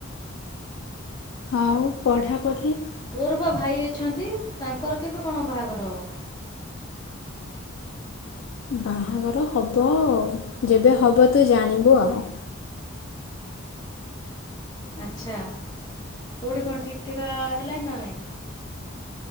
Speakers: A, on the left (about 70°); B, on the left (about 20°).
A: ଆଉ ପଢ଼ାପଢ଼ି।
B: ତୋର ବା ଭାଇ ଅଛନ୍ତି ତାଙ୍କର କେବେ କଣ ବାହାଘର ହବ।
A: ବାହାଘର ହବ ଆଉ ଯେବେ ହେବ ତୁ ଜାଣିବୁ ଆଉ।
B: ଆଚ୍ଛା କେଉଁଠି କଣ ଠିକ୍ ଠିକ ହେଲାଣି ନା ନାଇଁ।